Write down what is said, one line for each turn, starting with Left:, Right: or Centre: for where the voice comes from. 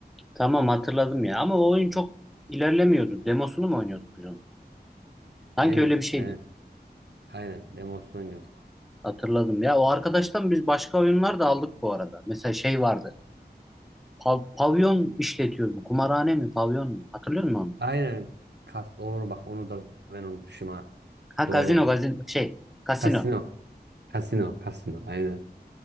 Centre: Tamam hatırladım ya. Ama o oyun çok ilerlemiyordu. Demosunu mu oynuyorduk biz onun? Sanki
Right: Aynen,
Centre: öyle bir şeydi.
Right: aynen, aynen. Demosunu oynuyorduk.
Centre: Hatırladım ya. O arkadaştan biz başka oyunlar da aldık bu arada. Mesela şey vardı. Pav- pavyon işletiyordu. Kumarhane mi, pavyon mu? Hatırlıyor musun onu?
Right: Aynen. Kas, doğru bak onu da ben unutmuşum ha.
Centre: Ha,
Right: Doğru.
Centre: gazino, gazino. Şey, kasino.
Right: Kasino, kasino, kasino. Aynen.